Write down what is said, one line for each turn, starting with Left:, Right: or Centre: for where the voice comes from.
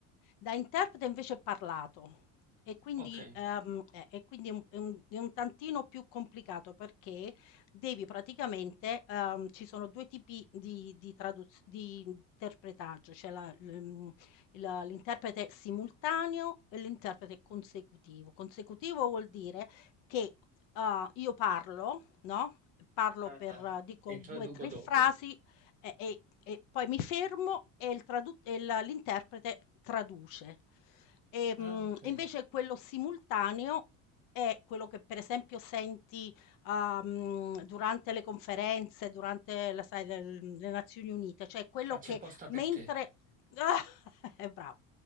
Left: da interprete invece è parlato e quindi
Right: Ok.
Left: ehm, e e quindi è un è un è un tantino più complicato perché devi praticamente ehm, ci sono 2 tipi di di traduz di interpretaggio, c'è la l'uhm, il l'interprete simultaneo e l'interprete consecutivo. Consecutivo vuol dire che, uhm, io parlo, no, parlo
Right: Ah,
Left: per eh, dico
Right: e traduco
Left: 2, 3
Right: dopo.
Left: frasi e e e poi mi fermo e il tradu e la l'interprete traduce. Ehm,
Right: Ah,
Left: e mh,
Right: ok.
Left: invece quello simultaneo è quello che per esempio senti, a mhmm, durante le conferenze, durante la sai le l le Nazioni Unite, cioè quello
Right: Ah, c'è
Left: che
Right: posta per
Left: mentre
Right: te.
Left: <laughs> eh brava.